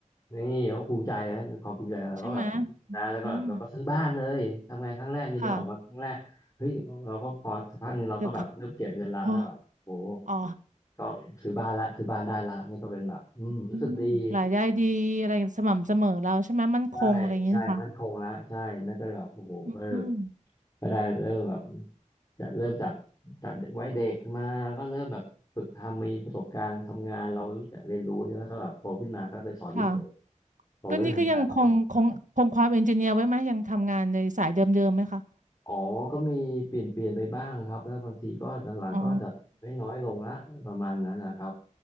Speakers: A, on the left; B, on the right.
A: นี่เราก็ภูมิใจนะความภูมิใจเราก็แบบ
B: ใช่ไหม
A: นะแล้วก็แบบเราก็ซื้อบ้านเลยทำงานครั้งแรกเงินเดือนออกมาครั้งแรกเฮ้ยเราก็พอสักพักหนึ่งเราก็แบบเริ่มเก็บเงินละแล้วแบบโห
B: อืม ค่ะเดี๋ยวก็โอ้อ๋อ
A: ก็ซื้อบ้านละซื้อบ้านได้ละนี่ก็เป็นแบบอืมรู้สึกดี
B: อืมรายได้ดีอะไรสม่ำเสมอเราใช่ไหมมั่นคงอะไรอย่างนี้นะคะ
A: ใช่ใช่มั่นคงละใช่นั่นก็แบบโอ้โหก็
B: อืมอืม
A: ก็ได้เริ่มแบบจะเริ่มจากจากไว้เด็กมาก็เริ่มแบบฝึกทำมีประสบการณ์ทำงานเรารู้จักเรียนรู้เนี่ยแล้วก็แบบโตขึ้นมาก็ไปสอนพิเศษ
B: ค่ะ
A: พอเริ่มทำงานเราก็
B: ก็นี่ก็ยังคงคงคงความเอนจิเนียร์ไว้ไหมยังทำงานในสายเดิมๆไหมคะ
A: อ๋อก็มีเปลี่ยนเปลี่ยนไปบ้างครับแล้วบางทีก็หลังๆก็จะไม่น้อยลงละประมาณนั้นนะครับ
B: อ๋อ